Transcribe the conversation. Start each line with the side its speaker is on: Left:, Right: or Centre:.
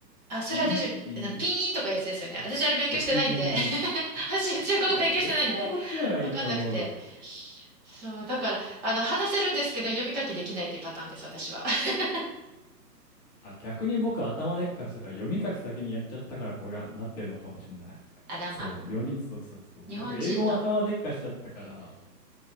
Right: あ、それ私、
Left: いいいい、
Right: なピーンとかいうやつですよね。私あれ勉強してないんで。
Left: <laughs> そう、ピーギンピー
Right: <laughs> 私中国語勉強してないんで、
Left: いや、絶対そっちの方がいいと思う。
Right: わかんなくて。そう、だから、あの、話せるんですけど、読み書きできないっていうパターンです、私は。<laughs>
Left: あ、逆に僕頭でっかしたから読み書き先にやっちゃったからこれがなってるのかもしれない。
Right: あらま。
Left: そう、読み、そうそうそう。
Right: 日本人の
Left: 僕英語も頭でっかしだったから、
Right: <laughs>